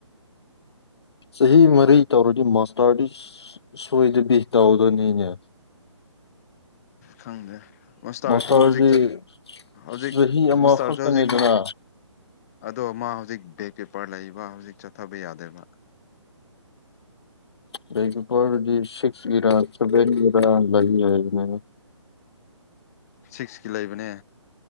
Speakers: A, on the left (about 55°); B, on the left (about 30°).
A: ꯆꯍꯤ ꯃꯔꯤ ꯇꯧꯔꯗꯤ ꯃꯥꯁꯇꯔꯗꯤ ꯁꯣꯏꯗꯕꯤ ꯇꯧꯗꫭꯅꯤꯅꯦ꯫
B: ꯈꯪꯗꯦ꯫ ꯃꯁꯇꯥꯔꯁꯨ
A: ꯃꯥꯁꯇꯔꯗꯤ
B: ꯍꯧꯖꯤꯛ ꯆꯠ ꯍꯧꯖꯤꯛ
A: ꯆꯍꯤ ꯑꯃꯈꯛꯇꯅꯤꯗꯅ
B: ꯃꯁꯇꯥꯔꯁꯨ ꯍꯧꯖꯤꯛ ꯃꯥ ꯑꯗꯣ ꯃꯥ ꯍꯧꯖꯤꯛ ꯕꯦꯛ ꯄꯦꯄꯔ ꯂꯩꯕ ꯍꯧꯖꯤꯛ ꯆꯠꯊꯕ ꯌꯥꯗꯦꯕ꯫
A: ꯕꯦꯛ ꯄꯦꯄꯔꯗꯤ ꯁꯤꯛꯁ ꯏꯔ ꯁꯚꯦꯟꯒꯤꯔ ꯂꯩꯌꯦ ꯍꯥꯏꯕꯅꯤꯅꯦ꯫
B: ꯁꯤꯛꯁꯀꯤ ꯂꯩꯕꯅꯦ꯫